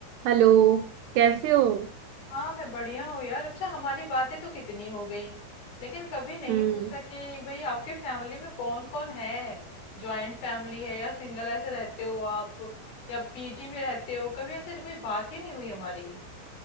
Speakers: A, on the right; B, on the left.
A: हेलो कैसे हो
B: हाँ मैं बढ़िया हूँ यार अच्छा हमारी बातें तो कितनी हो गई लेकिन कभी नहीं
A: हम्म
B: पूछा कि भाई आपकी फैमिली में कौन कौन है जॉइंट फैमिली है या सिंगल ऐसे रहते हो आप या पीजी में रहते हो कभी ऐसे कोई बात ही नहीं हुई हमारी